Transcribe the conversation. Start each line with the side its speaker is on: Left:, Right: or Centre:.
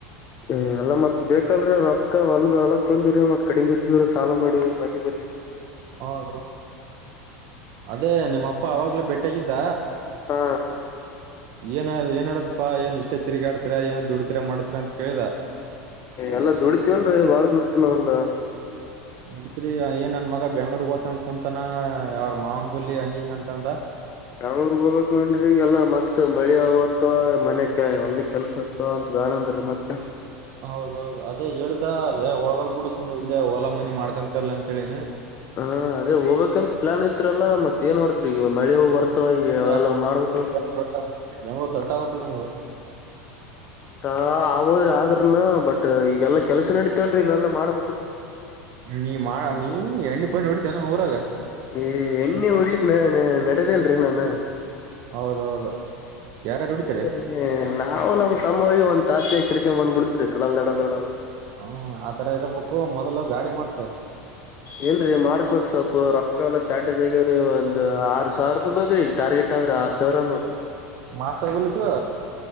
Left: ಏ ಅಲ್ಲ ಮತ್ ಬೇಕಲ್ರ ರಕ್ ಅ ಹೊಲ್ದ ಹೊಲತ್ ಬಂದ್ರಿ ಮತ್ ಕಡಿಗೆ್ದಿದ್ರೆ ಸಾಲ ಮಾಡಿವ ಮಂದಿ ಬಿ
Right: ಹೌದು ಅದೇ ನಿಮ್ಮಪ್ಪ ಅವಗ್ಲೇ ಭೇಟಗಿದ್ದ
Left: ಹಾ
Right: ಏನ ಏನ್ ಮಾಡಡದಪ್ಪಾ ಏನ್ ಇಷ್ಟ ತಿರ್ಗಾಡ್ತೀಾ ಏನ ದುಡ್ತಿೀರ ಮಾಡತೀರ ಅಂತ ಕೇಳಿದ
Left: ಎಲ್ಲಾ ದುಡತಿೀವಲ್ರರಿ ಬಾಳ ದುಡತಿವಿ ನಾವ ಎಲ್ಲಾ
Right: ನೋಡತ್ರಿ ಏನ್ ನನ್ ಮಗ ಬೆಂಗ್ಳೂರ್ಗ್ ಹೋ್ನ್ ಕುೂಂತಾನ ಅವ್ರ ಮಾವನ ಬಲ್ಲಿಿ ಹಂಗ ಹಿಂಗ ಅಂತಂದ
Left: ಬೆಂಗ್ಳೂರ್ಗ್ ಹೋಗ್ಕ್ ಮಾಡನ್್ರಿ ಎಲ್ಲ ಮತ್ ಮಳಿ ಅ ಅಥವಾ ಮನೆಕ್ ಹೊಲ್ದ ಕೆಲ್ಸ ಇರ್ತವ ಮ ಬಳಂದ ಮತ್ತೆ
Right: ಹೌದೌದು ಅದೇ ಹೇಳಿದ ಅದ ಹೋಗಲ್ ಬಿಡು ಸುಮ್ನೆ ಇಲ್ಲೇ ಓಲಾ ಮನಿ ಮಾಡ್ಕೊಂತರ್ಲ್ಲ ಅಂತನಿ
Left: ಹಾ ಅದೇ ಹೋಗ್ಬೇಕಂತ ಪ್ಲಾನ್ ಇತ್ತ್ರಲ್ಲ ಮತ್ತತ್ ಏನ್ ಮಾಡ್ತತಿರಿ ಈಗ ಮಳೆ ಬರ್ ಮ ಅವೆಲ್ಲ
Right: ಸಾಕ್
Left: ಮಾಡ್ಬೇಕಲ್ರಿ
Right: ಬಿಡ್ಬೇಕ. ಬೆಂಗ್ಳೂರ್ ಸೆಟ್ ಆಗ್ಬೇಕಲ್ ನಿಮ್ಗ
Left: ಾ ಆಗೋದ್ರಿ ಆದ್ರನು ಬಟ್ ಈಗೆಲ್ಲಾ ಕೆಲ್ಸ ನಡತೇವನ್ರೀ ಇಲ್ಲ ಎಲ್ಲಾ ಮಾಡ್ಬೇಕಾವ್ರಿ
Right: ನೀ ಮಾಡ ನೀ ಎಣ್ಣ ಪಾಯ ನೋಡಿತಾನ ಊರಾಗ
Left: ಏ ಎಣ್ಣೆ ಹಡ್ಲಿಕ್ ನ ನಡೆದೇ ಅಲ್ರಿ ನಾನ
Right: ಹೌದೌದು ಯಾರ್ಯಾರು ಹೊಡಿತೀರಿ
Left: ಹೀ ನಾವು ನಮ್ ತಮ್ಮಿಗೆ ಒಂತ ಆಸೆ ಐತ್ ಂದ್ ಬಿಡ್ತೀರಿಡಲ್ಲಡಡಲ್ಲ
Right: ಹ್ಮ ಆತರ ಇರ್ಬೇಕು ಮೊದ್ಲು ಗಾಡಿ ಮಾಡಸ
Left: ಇಲ್ರರಿ ಮಾಡ್ಸ್ಬೇಕಕ್ ಸ್ವಲ್ಪ ರೊಕ್ಕ ಎಲ್ಲ ಸ್ಟಾರಟೇಜ್ ಆಗ್ಯವ್ರೀ ಒಂದ್ ಆರು ಸಾವಿರ ರೂಪಾಯಿ ಬಗ್್ರಿ ಟಾರ್ಗೆಟ್ ಆದ್ರ ಆರ್ ಸಾವರ ನೋಡಿ
Right: ಮಾಡ್ಸ ಬಲಿಸು